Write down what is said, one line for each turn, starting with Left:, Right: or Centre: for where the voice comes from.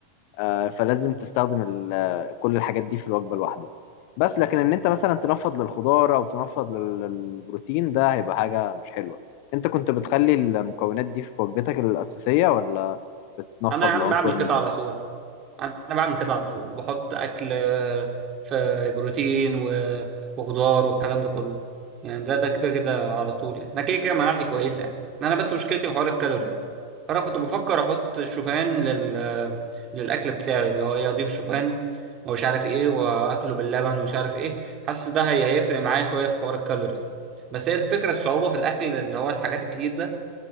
Left: آه، فلازم تستخدم ال- آه، كل الحاجات دي في الوجبة الواحدة بس لكن ان انت مثلا تنفض للخضار او تنفض لل- للبروتين ده هيبقى حاجة مش حلوة انت كنت بتخلي المكونات دي في وجبتك الأساسية ولا بتنفض
Right: انا يا عم
Left: لعنصر
Right: بعمل
Left: منهم؟
Right: كده على طول انا بعمل كده على طول وبحط اكل آه، في بروتين و- وخضار والكلام ده كله يعني ده ده كده كده على طول يعني انا كده كده مناعتي كويسه يعني انا بس مشكلتي في حوار الكالوريز ده فانا كنت بفكر احط شوفان لل للاكل بتاعي اللي هو ايه اضيف شوفان ومش عارف ايه واكله باللبن ومش عارف ايه حاسس ده هي هيفرق معايا شويه في حوار الكالوريز ده بس هي الفكره الصعوبه في الاكل اللي هو الحاجات الكتير ده